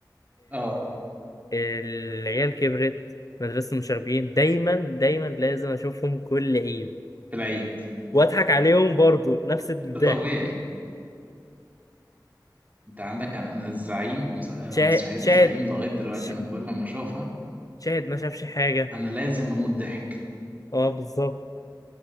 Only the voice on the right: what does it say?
اه
العيد
ده طبيعي انت عندك انا أنا الزعيم مس- آه،
مسرحية
الزعيم لغاية دلوقتي
انا كل ما اشوفها
انا لازم اموت ضحك